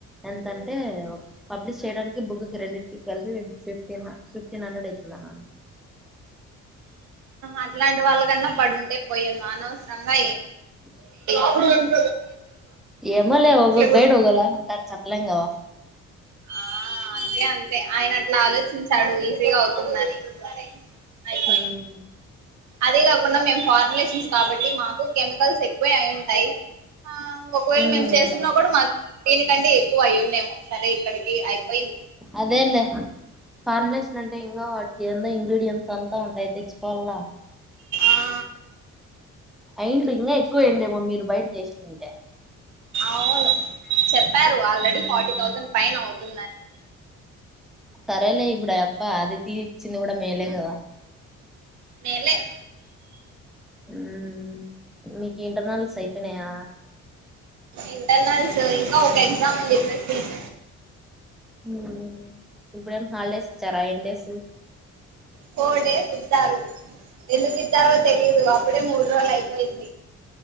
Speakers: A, in the centre; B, on the right.
A: ఎంతంటే పబ్లిష యడానికి బుక్ కి రెండింటికి కలిసి ఫిఫ్టీ మార్క్స్ ఫిఫ్టీన్ హండ్రెడ్ అయితుంది అన్నారు
B: అట్లాంటి వాళ్ళకన్నా పడు ఉంటే పోయాను అనవసరంగా
A: ఓ
B: అ ఆ.
A: ఏమోలే ఒక్కొక్క
B: కూడా
A: గైడ్ ఒక్కోలాగా ఉంటారు చప్ప తెలంగావా.
B: ఆ అంతే అంతే ఆయన అట్లా ఆలోచించాడు ఈజీగా అవుతుంద సరే అయిపోయి
A: హ్మ్.
B: అదే కాకుండా మేము ఫార్ములేషన్స్ కాబట్టి మాకు కెమికల్స్ ఎక్కువ అయి ఉంటాయి ఆ ఒకవేళ
A: ఉమ్
B: మేము చేసన్నా కూడా మా దీనికంటే ఎక్కువ అయ్యిందేమో సరే ఇక్కడికి అయిపోయింది.
A: అదేలే ఫార్ములేషన్ అంటే ఇంకా వాటికి ఎందో ఇంగ్రీడియంట్స్ అంతా ఉంటాయి తెచ్చుకోవాలా.
B: ఆ
A: అయిండు ఇంకా ఎక్కువయండేమో మీరు బయట లేసింటే
B: అవును చెప్పారు ఆల్రెడీ
A: ఉమ్,
B: ఫార్టీ థౌజండ్ పైన అవుతు తుందని
A: సరేలే ఇప్పుడు అ అప్ప అదిథీ ఇచ్చింది కూడా మేలే కదా
B: మేలే
A: మ్ మీకు ఇంటర్నెల్స్ అయిపెయినాయా
B: ఇంటర్నల్స్ ఇంకా ఒక ఎ ఎగ్జాముంది ఫ్రెండ్స్
A: మ్.... ఇప్పుడెం హాలిడేస్ ఇచ్చారా ఎన్నిడేస్
B: ఫోర్ డేస్ ఇస్తారు ఎందుకిస్ ఇస్తారో తెలీదు అప్పుడే మూరోజులై వయి <unintelligible>